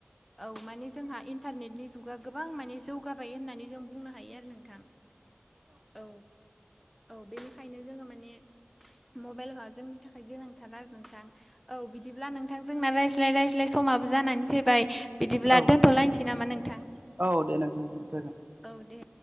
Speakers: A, in the centre; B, on the right.
A: औ माने जोंहा इन्टारनेटनि जुगा गोबां माने जौगाबाय होननानै जों बुंनो हायो आरो नोंथां औ औ बेनिखायनो जोङो माने मबाइला जोंनि थाखाय गोनांथार आरो नोंथां। औ बिदिब्ला नोंथां जोंना रायज्लाय रायज्लाय समाबो जानानै फैबाय। बिदिब्ला
B: औ
A: दोनथ'लायनोसै नामा नोंथां।
B: औ दे नोंथां दे जागोन।
A: औ दे।